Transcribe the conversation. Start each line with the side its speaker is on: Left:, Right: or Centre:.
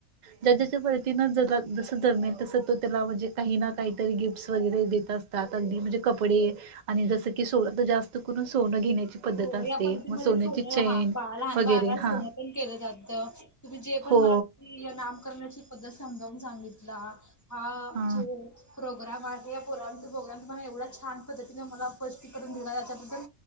Right: ज्या ज्याच्या पद्धतीनं ज जसं दरम्यान तसं तो त्याला म्हणजे काही ना काहीतरी गिफ्ट्स वगैरे देत असतात अगदी म्हणजे कपडे आणि जसं की सो तर जास्त करून सोनं घेण्याची पद्धत
Left: हो
Right: असते
Left: या पद्धतीमध्ये
Right: मग सोन्याची
Left: सोनं
Right: चेन
Left: हा लहान
Right: वगैरे
Left: बाळाला
Right: हां
Left: सोनं पण केलं जातं तुम्ही जे पण
Right: हो
Left: मला नामकरणाची पद्धत समजावून सांगितला हा
Right: हां
Left: जे प्रोग्राम आहे या प्रोग्रम प्रोग्राम त एवढ्या छान पद्धतीने मलापष्टी करून दिला त्याच्याबद्दल